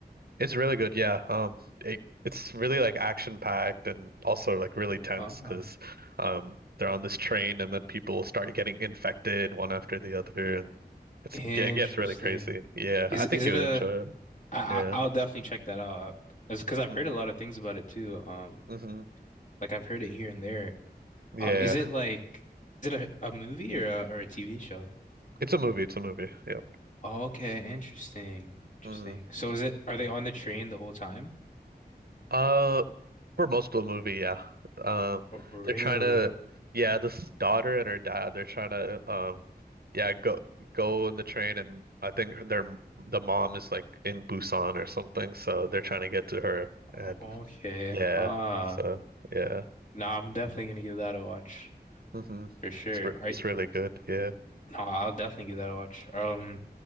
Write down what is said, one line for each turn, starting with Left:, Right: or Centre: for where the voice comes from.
Right: It's really good. Yeah. Um, it it's really like action packed and also like really tense
Left: Uh,
Right: because um they're on this train and then people start getting infected one after the other and it's
Left: interesting.
Right: it gets really crazy. Yeah,
Left: Is
Right: I think
Left: is it
Right: you would
Left: a
Right: enjoy it.
Left: I
Right: Yeah.
Left: I- I'll definitely check that out. That's because I've
Right: hmm
Left: heard a lot of things about it too. Um,
Right: hmm
Left: like I've heard it here and there.
Right: Yeah.
Left: Um, is it like is it a, a movie or a or a TV show?
Right: It's a movie. It's a movie. Yeah.
Left: Okay, interesting. Interesting.
Right: hmm
Left: So is it are they on the train the whole time?
Right: Uh, For most of the movie, yeah. Um,
Left: Oh, Really?
Right: they're trying to, yeah, this daughter and her dad, they're trying to, um, yeah, go go in the train, and I think their the mom is like in Busan or something, so they're trying to get to her,
Left: Okay.
Right: and yeah,
Left: Huh.
Right: so yeah,
Left: No, I'm definitely gonna give that a watch
Right: hmm
Left: for sure.
Right: It's re
Left: Are
Right: it's really good, yeah.
Left: no, I'll definitely give that a watch. Um,